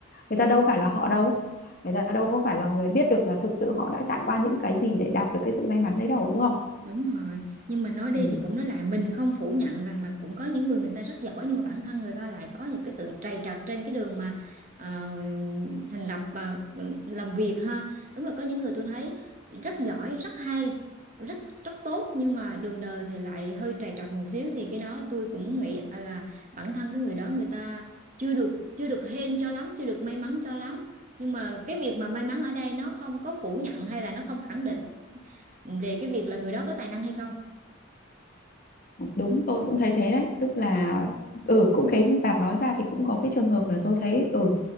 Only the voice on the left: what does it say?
người ta đâu phải là họ đâu người ta đâu có phải là người biết được là thực sự họ đã trải qua những cái gì để đạt được cái sự may mắn đấy đâu đúng không
ừ,
đúng tôi cũng thấy thế đấy tức là ừ cũng cái bạn nói ra thì cũng có cái trường hợp là tôi thấy ừ